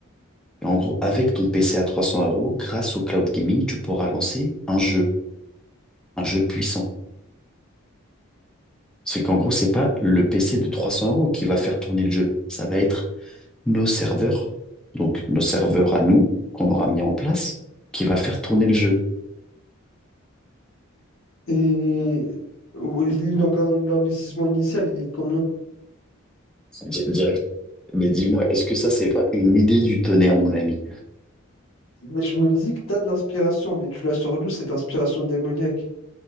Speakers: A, in the centre; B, on the left.
A: Et en gros, avec ton PC à 300 euros, grâce au cloud gaming, tu pourras lancer un jeu, un jeu puissant. C'est qu'en gros, c'est pas le PC de 300 euros qui va faire tourner le jeu. Ça va être nos serveurs, donc nos serveurs à nous, qu'on aura mis en place, qui va faire tourner le jeu.
B: Et oui, donc un- l'investissement initial, il est de combien?
A: Di- direct- Mais dis-moi, est-ce que ça, c'est pas une idée du tonnerre, mon ami?
B: Mais je me dis que tu as de l'inspiration, mais tu la sors d'où cette inspiration démoniaque?